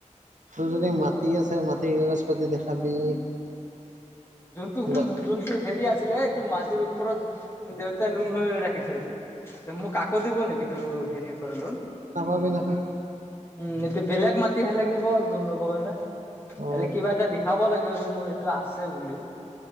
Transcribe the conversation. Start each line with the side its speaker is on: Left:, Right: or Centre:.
Right: তোৰ যদি মাটি আছে মাটি কাগজ পাতি দেখাবি।
Left: যোনটো,
Right: বা
Left: যোনটো হেৰি আছিলে এইটো মাটিৰ ও ঘৰত দেউতাই লোন লৈ ৰাখি থৈছে, মোক আকৌ দিব নেকি? টো হেৰি পৰা লোন।
Right: নাপাবি নহয়
Left: উম, এইটো বেলেগ মাটিহে লাগিব লোন ল'বৰ কাৰণে।
Right: অ
Left: বেলেগ কিবা এটা দেখাব লাগিব এইটো মোৰ এইটো আছে বুলি।